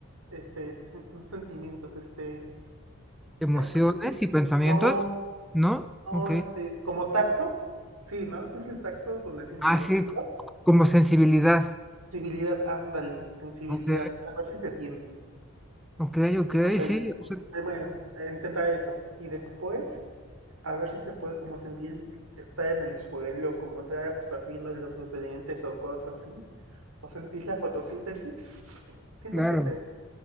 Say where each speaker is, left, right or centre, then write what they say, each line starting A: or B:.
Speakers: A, on the right; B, in the centre.
A: este sen- no sentimientos, este,
B: emociones
A: ay, ¿cómo se llama?
B: y pensamientos,
A: No,
B: ¿no?
A: no,
B: Ok.
A: este, como tacto, sí, ¿no? Sí es el tacto donde sientes
B: Ah,
A: las
B: sí,
A: cosas.
B: como sensibilidad.
A: Sensibilidad, ándale, sensibilidad,
B: Ok,
A: saber si se tiene.
B: ok, ok,
A: O sea,
B: sí, o sea,
A: primero, eh, intentar eso. Y después, a ver si se puede como sentir que está en el suelo, como sea pues, absorbiendo los nutrientes o cosas así. O sentir la fotosíntesis. Siento
B: claro.
A: que se